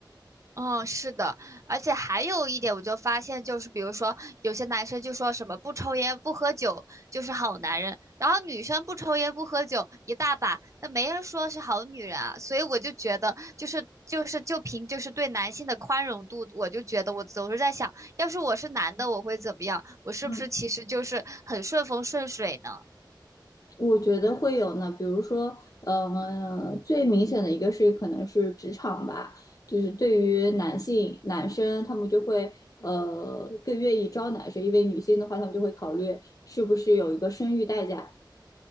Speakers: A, on the right; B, on the left.
A: 嗯，是的，而且还有一点，我就发现，就是比如说，有些男生就说什么不抽烟不喝酒就是好男人，然后女生不抽烟不喝酒一大把，那没人说是好女人啊。所以我就觉得，就是就是就凭就是对男性的宽容度，我就觉得我总是在想，要是我是男的，我会怎么样？我是不是其实就是很顺风顺水呢？
B: 嗯。我觉得会有呢，比如说，呃，最明显的一个是可能是职场吧，就是对于男性男生，他们就会呃更愿意招男生，因为女性的话，他们就会考虑是不是有一个生育代价，